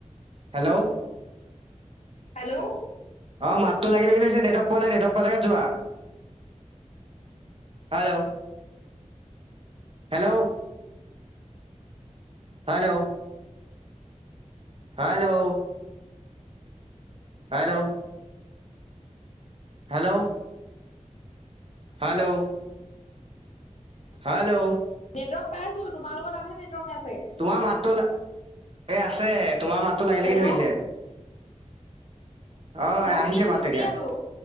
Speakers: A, on the right; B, on the left.
A: হেল্লৌ!
B: হেল্লৌ!
A: অঁ মাততো লাগি লাগি ধৰিছে নেটৱৰ্ক পোৱা নাই নেটৱৰ্ক পোৱা জেগাত যোৱা। Hello! Hello! Hello! Hello! Hello! Hello! Hello! Hello!
B: Network পাইছোঁ তোমালোকৰ তাতহেত নেৱৰ্ক নাই চাগে।
A: তোমাৰ মাতটো লা এই আছে তোমাৰ মাতটো লাগি
B: হেল্ল'
A: লাগি ধৰিছে। অঁ
B: মই শুনি
A: আহিছে
B: আছো,
A: মাততো
B: শুনি
A: এতিয়া।
B: আছো।